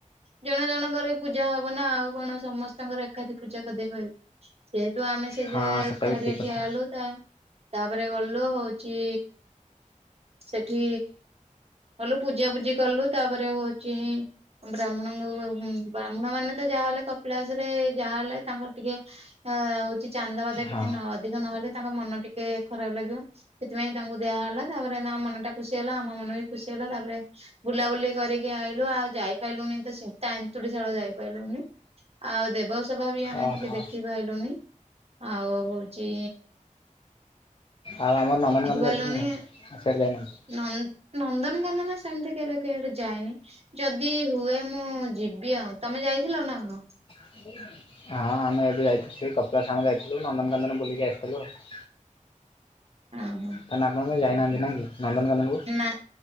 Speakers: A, on the right; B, on the left.
A: ଜଣ ଜଣଙ୍କର ପୂଜା ହବ ନା ଆଉ କଣ ସମସ୍ତଙ୍କର ଏକାଠି ପୂଜା କରିଦେଇ ପାରି ଯେହେତୁ ଆମେ ସେ
B: ହଁ
A: ଯେ
B: ସେଟା
A: ଧାଡ଼ିରେ
B: ବି ଠିକ୍ କଥା
A: ଠିଆ ହେଲୁ ତା ତାପରେ ଗଲୁ ହଉଚି ସେଠି କଲୁ ପୂଜା ପୂଜି କଲୁ ତାପରେ ହଉଛି ବ୍ରାହ୍ମଣଙ୍କୁ ବ୍ରାହ୍ମଣ ମାନେ ତ ଯାହା ହେଲେ କପିଳାସ ରେ ଯାହାହଲେ ତାଙ୍କର ଟିକେ ଅ ହଉଛି ଚାନ୍ଦାବାଦା
B: ହଁ
A: ଟିକେ ଅଧିକ ନହେଲେ ତାଙ୍କ ମନ ଟିକେ ଖରାପ ଲାଗିବ। ସେଥିପାଇଁ ତାଙ୍କୁ ଦିଆ ହେଲା ତାପରେ ତା ମନ ଟା ଖୁସି ହେଲା ଆମ ମନ ବି ଖୁସି ହେଲା ତାପରେ ବୁଲାବୁଲି କରିକି ଆଇଲୁ ଆଉ ଯାଇପାରିଲୁନି ତ ସିତା ଏନ୍ତୁଡିଶାଳ ଯାଇପାରିଲୁନି। ଆଉ ଦେବସଭା ବି ଆମେ
B: ଓହୋ
A: ଟିକେ ଦେଖି ପାରଲୁନି। ଆଉ ହଉଚି
B: ଆଉ ଆମର ନନ୍ଦନକାନନ
A: ଦେଖିପାରିଲୁନି
B: ଦେଖିଲୁଣି ନା ସେଇଠି ଯାଇ ନାହାନ୍ତି।
A: ନନ୍ଦ ନନ୍ଦନକାନ ନା ସେମିତି କେବେ କୁଆଡ଼େ ଯାଇନି। ଯଦି ହୁଏ ମୁଁ ଯିବି ଆଉ ତମେ ଯାଇଥିଲ ନା କଣ?
B: <unintelligible> ହଁ ଆମେ ଏବେ ଯାଇଥିଲୁ କପିଳାସ ଆମ ଯାଇଥିଲୁ ନନ୍ଦନକାନନ ବୁଲିକି ଆସିଥିଲୁ ଆଉ।
A: ଓ ହୋ।
B: ତାମାନେ ଯାଇନାହାନ୍ତି ନା ନନ୍ଦନକାନନ କୁ?
A: ନା